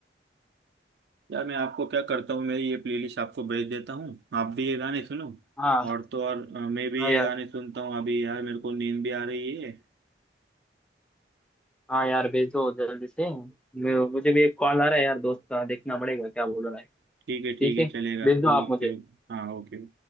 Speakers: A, on the right; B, in the centre.
A: यार मैं आपको क्या करता हूँ मेरी ये प्लेलिस्ट आपको भेज देता हूँ आप भी ये गाने सुनो
B: हाँ
A: और तो और अ, मैं भी
B: हाँ
A: ये
B: यार
A: गाने सुनता हूँ अभी यार मेरे को नींद भी आ रही है
B: हाँ यार भेज दो जल्दी से मैं- मुझे भी एक कॉल आ रहा है यार दोस्त का देखना पड़ेगा क्या बोल रहा है
A: ठीक है ठीक
B: ठीक
A: है
B: है
A: चलेगा
B: भेज दो आप
A: ओके
B: मुझे
A: हाँ ओके